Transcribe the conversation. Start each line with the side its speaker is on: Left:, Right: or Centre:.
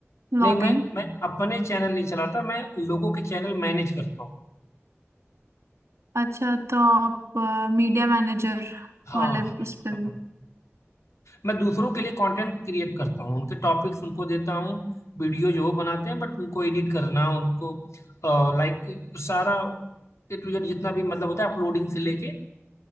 Right: ब्लॉगिंग
Left: नहीं मैं मैं अपने चैनल नहीं चलाता मैं लोगों के चैनल मैनेज करता हूँ
Right: अच्छा तो आप मीडिया मैनेजर
Left: हाँ
Right: वाले
Left: हाँ
Right: उस पे
Left: हाँ हाँ। मैं दूसरों के लिए कंटेंट क्रिएट करता हूँ उनके टॉपिक्स उनको देता हूँ वीडियो जो वो बनाते हैं बट उनको एडिट करना उनको लाइक सारा ए टू जेड जितना भी मतलब होता है अपलोडिंग से लेके